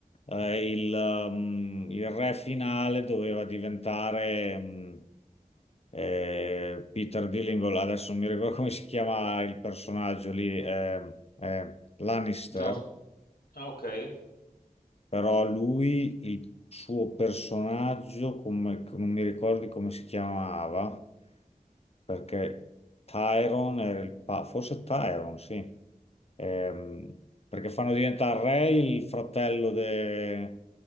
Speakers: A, on the left; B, on the left.
A: eh, il, um, il re finale doveva diventare um, eh, Peter Dillingham, adesso non mi ricordo come si chiama il personaggio lì, eh, eh, Lannister.
B: Jones- ah, ok.
A: però lui, il suo personaggio, come, non mi ricordi come si chiamava, perché Tyron era il pa- forse Tyron, sì, Ehm, perché fanno diventare re il fratello, de-